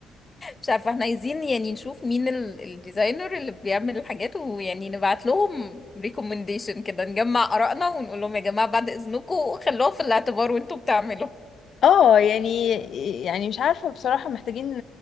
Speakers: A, on the left; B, on the left.
A: مش عارفة احنا عايزين يعني نشوف مين ال- الديزاينر اللي بيعمل الحاجات ويعني نبعت لهم ريكومنديشن كده نجمع آرائنا ونقول لهم يا جماعة بعد إذنكم خلوها في الاعتبار وانتوا بتعملوا
B: اه يعني يعني مش عارفه بصراحه محتاجين